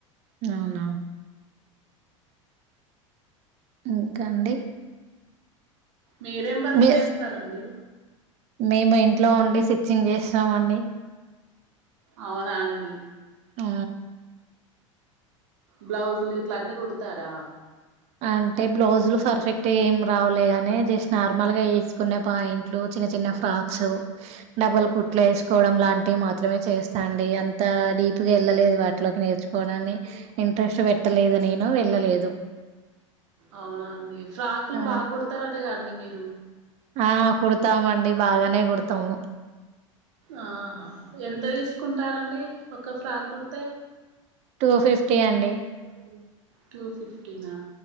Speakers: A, on the right; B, on the right.
A: అవునా ఇంకా అండి
B: మీరేం వర్క్
A: మీ
B: చేస్తారండి
A: మేము ఇంట్లో ఉండి స్టిచ్చింగ్ చేస్తాం అండి
B: అవునా అండి
A: ఉ
B: బ్లౌజులు గిట్లా అన్ని కుడతారా
A: అంటే బ్లౌజ్లు పర్ఫెక్ట్ ఏం రావలేగాని జస్ట్ నార్మల్గా వేసుకునే పాయింట్లు చిన్న చిన్న ఫ్రాక్సు డబులు కుట్లు వేసుకోవడం లాంటివి మాత్రమే చేస్తా అండి అంత డీప్ డిప్గా వెళ్ళలేదు వాటిలోకి నేర్చుకోనని ఇంట్రెస్ట్ పెట్టలేదు నేను వెళ్ళలేదు.
B: అవునా అండి ఫ్రాకులు
A: ఆ
B: బాగా కుడతారటగా అండి మీరు.
A: ఆ కుడతామండి బాగానే కుడతాము
B: ఆహా ఎంత తీసుకుంటారండి ఒక ఫ్రాక్ కుడితే
A: టూ ఫిఫ్టీ అండి పో <unintelligible>
B: టూ ఫిఫ్టీనా